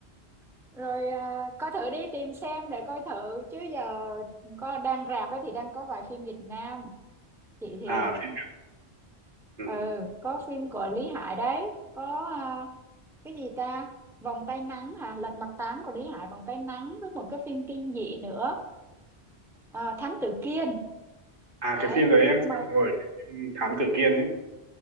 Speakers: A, in the centre; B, on the right.
A: rồi à, coi thử đi tìm xem để coi thử chứ giờ có đang rạp ấy thì đang có vài phim Việt Nam chị thì
B: à phim ừ.
A: ờ, ừ có phim của Lý Hải đấy có à, cái gì ta Vòng tay nắng hả Lật mặt tám của Lý Hải Vòng tay nắng với một cái phim kinh dị nữa à, Thám tử Kiên
B: à
A: đấy
B: cái phim đấy em
A: nhưng
B: xem
A: mà
B: rồi cái phim Thám Tử Kiên ấy